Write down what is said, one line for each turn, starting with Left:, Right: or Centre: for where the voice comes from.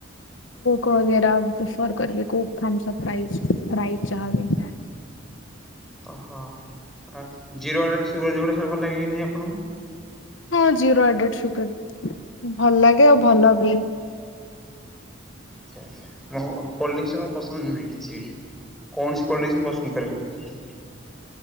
Left: କକେରା ପ୍ରିଫର କରିବେ କୋକ ଥସପ୍ରାଇଜ ପ୍ରାଇଜ ଚାହାବେ
Centre: ଓହୋ ଜିର ଡେ ଗୋଟେ ସୁଗର ଯୋଉଗୋଟା ସେଇଟା ଭଲ ଲାଗେ କିି ନାହିଁ ଆପଣଙ୍କୁ?
Left: ହଁ ଜି ରୋ ଆଡେଡ଼ ସୁଗାର ଭଲ ଲାଗେ ଆଉ ଭଲ ବି
Centre: ଆଛା ଆଚ୍ଛା ଆ ଓ କୋଲ୍ଡିଙ୍କ ପସନ୍ଦ ନୁହେଁ କିଛି ବି? କୌଣସି କୋଲଡ୍ରିଙ୍କସ ମୁଁ ପସନ୍ଦ କରେନି।